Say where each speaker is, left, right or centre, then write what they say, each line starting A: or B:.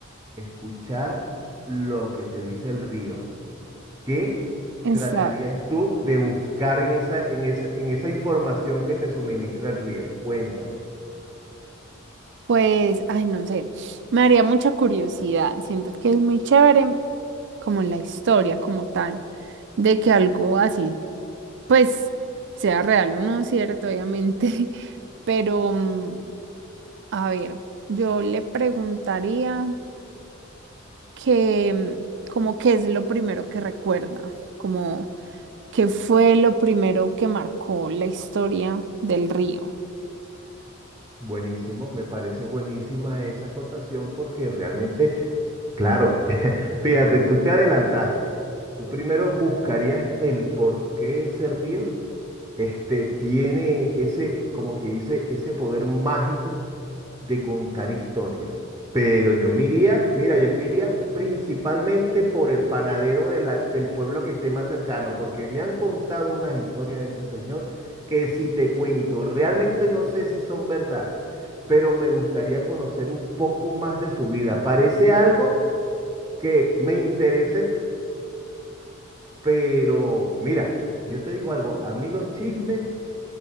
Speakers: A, on the right; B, on the right.
A: escuchar lo que te dice el río. ¿Qué
B: Esa,
A: tratarías tú de buscar en esa, en esa, en esa información que te suministra el río? Cuéntame.
B: pues, ay, no sé. Me haría mucha curiosidad. Siento que es muy chévere como la historia como tal, de que algo así, pues, sea real o no, cierto, obviamente. <laughs> Pero, mm, a ver, yo le preguntaría que, mm, como qué es lo primero que recuerda, como qué fue lo primero que marcó la historia del río.
A: Buenísimo, me parece buenísima esa acotación porque realmente, claro, <laughs> fíjate, tú te adelantaste. Tú primero buscarías el por qué ese río este, tiene ese, como que dice, ese poder mágico de contar historias. Pero yo me iría, mira, yo me iría principalmente por el panadero de la- del pueblo que esté más cercano, porque me han contado unas historias de ese señor que si te cuento, realmente no sé si son verdad, pero me gustaría conocer un poco más de su vida. Parece algo que me interesa, ent- pero mira, yo te digo algo, a mí los chismes